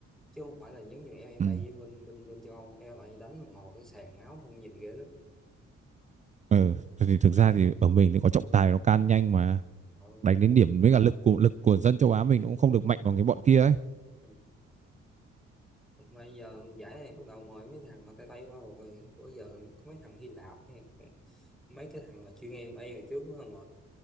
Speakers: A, in the centre; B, on the right (about 20°).
A: chứ không phải là giống như em em
B: ừ
A: bay bên bên bên châu Âu MMA đánh ngồi cái sàn máu không nhìn ghê lắm
B: Ừ, thì thực ra thì ở mình thì có trọng tài nó can nhanh mà.
A: Ờ,
B: đánh đến điểm với cả lực của lực của dân châu Á mình cũng không được mạnh bằng cái bọn kia ấy
A: ừ. mà giờ giải này bắt đầu mời mấy thằng mà tay tay qua rồi bữa giờ có mấy thằng Hy Lạp hay mấy cái thằng mà chuyên em bay hồi trước á, mà